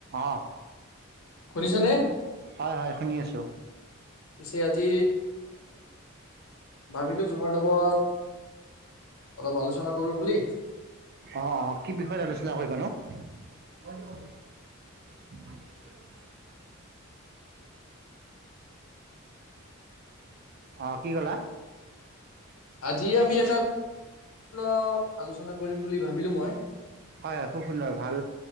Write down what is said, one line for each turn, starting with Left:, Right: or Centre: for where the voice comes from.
Right: অ
Left: শুনিছানে?
Right: হয় হয় শুনি আছো । আছো ।
Left: পিছে আজি ভাবিলো তোমাৰ লগত অলপ আলোচনা কৰো বুলি।
Right: অ অ কি বিষয়ত আলোচনা কৰিব নো <unintelligible> অ, কি কলা।
Left: আজি আমি এটাূৰ্ণ আলোচনা কৰিম বুলি ভাবিলো মই
Right: হয় হয় খুব সুন্দৰ ভাল